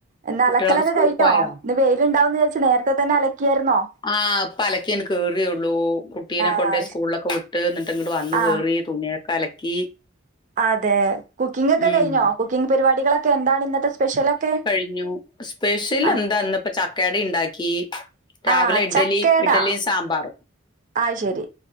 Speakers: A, on the right (about 40°); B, on the left (about 20°).
A: എന്നാ
B: കുട്ടികളൊക്കെ
A: അലക്കലൊക്കെ
B: സ്കൂളിൽ
A: കഴിഞ്ഞോ
B: പോയോ
A: ഇന്ന് വെയിലുണ്ടാവുന്നെവിഏച്ച് നേരത്തെ തന്നെ അലക്ക്യായിരുന്നോ
B: ആഹ് ഇപ്പ അലക്ക്യങ് കേറിയൊള്ളൂ കുട്ടീനെ
A: ആ
B: കൊണ്ടേ സ്കൂൾലൊക്കെ
A: ശ്-
B: വിട്ട് ന്നട്ട് ഇങ്ങട്ട് വന്ന്
A: ആ
B: കേറി റി തുണിയൊക്കെ അലക്കി
A: അതെ കുക്കിംഗ് ഒക്കെ
B: ഉം
A: കഴിഞ്ഞോ കുക്കിംഗ് പരിപാടികളൊക്കെ എന്താണ് ഇന്നത്തെ സ്പെഷ്യലൊക്കെ
B: ഴിഞ്ഞൂ സ്പെഷ്യൽ
A: ആ
B: എന്താ ഇന്ന്പ്പം ചക്ക അടീം ഇണ്ടാക്കി രാവിലെ
A: ആഹ്
B: ഇഡലിഇഡലി
A: ചക്കേടാ
B: സ് സാമ്പാറും
A: ആഹ് ശരി